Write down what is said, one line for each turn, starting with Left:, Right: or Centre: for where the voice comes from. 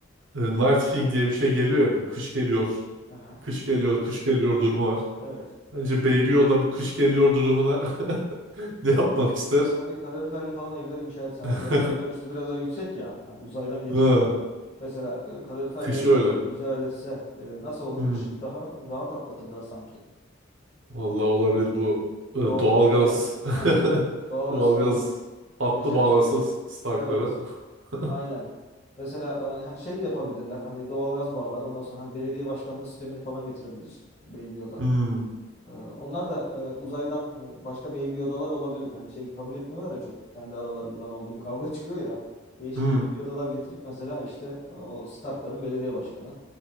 Right: e, Night King diye bir şey geliyor ya. Bir kış geliyor.
Left: Aha.
Right: Kış geliyor, kış geliyor durumu var.
Left: Evet.
Right: Bence Baby Yoda bu kış geliyor durumuna <laughs> ne yapmak ister?
Left: Mesela bir kaloriferli falan evler inşa etsen onları
Right: <laughs>
Left: teknolojisi biraz daha yüksek ya. Hani uzaydan getiriyor.
Right: Ha.
Left: Mesela e, kaloriferli
Right: Kışı
Left: evler
Right: öyle.
Left: falan icat etse e, nasıl olur
Right: Hmm.
Left: kışı? Daha rahat atlatırlar sanki.
Right: Vallahi olabilir bu e,
Left: Doğalgazı
Right: doğalgaz
Left: falan.
Right: <laughs>
Left: Ha. Doğalgaz
Right: doğalgaz
Left: falan
Right: hattı
Left: döşer.
Right: bağlarsa Stark'lara
Left: Evet,
Right: <laughs>
Left: aynen. Mesela yani hani hani, şey de yapabilirler. Hani doğalgaz bağlar. Ondan sonra hani belediye başkanlığı sistemini falan getirebilir Baby Yoda.
Right: Hmm.
Left: Ee, onlar da e, uzaydan hani başka Baby Yodalar olabilir. Hani şey kabul etmiyorlar ya çok. Kendi aralarından oldu kavga <laughs> çıkıyor ya. Değişik
Right: Hmm.
Left: Baby Yodalar getirip mesela işte e, o Stark'ların belediye başkanı.